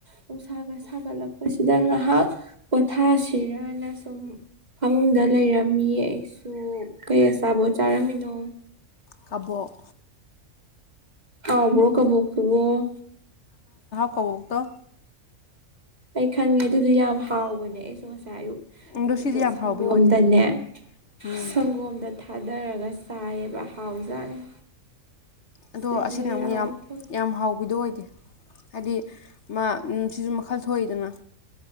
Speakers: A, on the right (about 30°); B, on the left (about 60°).
A: ꯅꯨꯡꯁꯥꯒ ꯁꯥꯒꯠꯂꯛꯄꯁꯤꯗ ꯉꯥꯏꯍꯥꯛ ꯄꯣꯊꯥꯁꯤꯔꯅ ꯁꯨꯝ ꯐꯃꯨꯡꯗ ꯂꯩꯔꯝꯃꯤ ꯑꯩꯁꯨ ꯀꯩ ꯑꯆꯥꯕꯣꯠ ꯆꯥꯔꯝꯃꯤꯅꯣ
B: ꯀꯥꯕꯣꯛ
A: ꯍꯥꯎꯕ꯭ꯔꫭ ꯀꯕꯣꯛꯇꯨꯕꫭ
B: ꯀꯕꫭꯛꯇꫭ
A: ꯑꯩ ꯈꯪꯉꯦ ꯑꯗꯨꯗꯨ ꯌꯥꯝ ꯍꯥꯎꯕꯅꯦ ꯑꯩꯁꯨ ꯑꯌꯨꯛꯇ
B: ꯑꯗꯣ
A: ꯑꯗꯨꯗꯣ
B: ꯁꯤꯗꯤ ꯌꯥꯝ
A: ꯁꯪꯒꯣꯝꯗꯅꯦ
B: ꯍꯥꯎꯕꯤ ꯑꯣꯏꯗꯦ ꯎꯝ
A: ꯁꯪꯒꯣꯝꯗ ꯊꯥꯗꯔꯒ ꯆꯥꯏꯌꯦꯕ ꯍꯥꯎꯖꯥꯠꯅꯤ
B: ꯑꯗꯣ
A: ꯆꯨꯍꯤꯒ
B: ꯑꯁꯤꯅ ꯑꯃꯨꯛ
A: ꯌꯥꯎꯔ
B: ꯌꯥꯝ
A: ꯇꯧ
B: ꯌꯥꯝ ꯍꯥꯎꯕꯤꯗꯣ ꯑꯣꯏ ꯗꯦ ꯍꯥꯏꯗꯤ ꯃꯥ ꯎꯝ ꯁꯤꯁꯨ ꯃꯈꯜ ꯊꯣꯛꯏꯗꯅ